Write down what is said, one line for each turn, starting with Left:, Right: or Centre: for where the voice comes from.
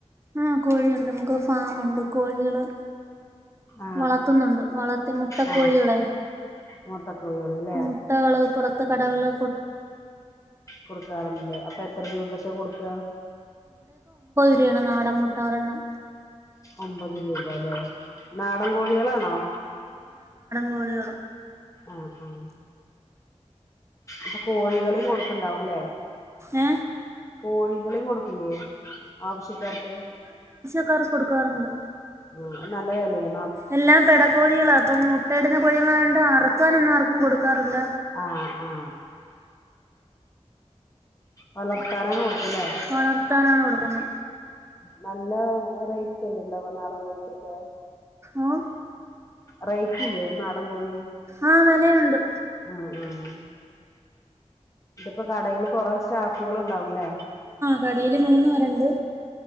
Right: ആ കോഴിയുണ്ട് നമുക്ക് ഫാമുണ്ട് കോഴികള്
Left: ആ
Right: വളർത്തുന്നുണ്ട് വളർത്തി മുട്ടക്കോഴികളെ
Left: ആ മുട്ടക്കോഴികള് ല്ലേ
Right: മുട്ടകള് പുറത്ത് കടകള്
Left: കൊടുക്കാറുണ്ടല്ലേ അപ്പൊ എത്ര രൂപക്കെ കൊടുക്ക
Right: ചെയ്യാണ് നാടൻ മുട്ടവരെണ്ണം
Left: ഒമ്പത് രൂപ അല്ലേ നാടൻ കോഴി കളാണോ
Right: കോഴികൾ
Left: ആ ആ അപ്പൊ കോഴികളും കൊടുക്കണ്ടാവുംല്ലേ
Right: ഏ
Left: കോഴികളും കൊടുക്കില്ലേ ആവശ്യക്കാർക്ക്
Right: ആൾക്കാർക്ക് കൊടുക്കാറുണ്ട്
Left: ഉം നല്ലതല്ലേ
Right: എല്ലാം പിട കോഴികളാ അപ്പം മുട്ടയിടുന്ന കോഴികളണ്ട് അറുക്കാനൊ ന്നും ആർക്കും കൊടുക്കാറില്ല
Left: ആആ വളർത്താനാണ് കൊടുക്കൂല്ലേ
Right: വളർത്താനാണ് കൊടുക്കുന്നത്
Left: നല്ല റേറ്റല്ലെ ണ്ടാവ നാടൻ കോഴിക്കൊക്കെ
Right: ഓ
Left: റൈറ്റില്ലേ ഒന്ന്നാടൻ കോഴി
Right: ആ വെലയുണ്ട്
Left: ഉം ഉ ഇപ്പൊ കടല് കൊറ സ്റ്റാഫുകളുണ്ടാവുംല്ലേ
Right: കടയിയില് മൂന്ന് വരുണ്ട്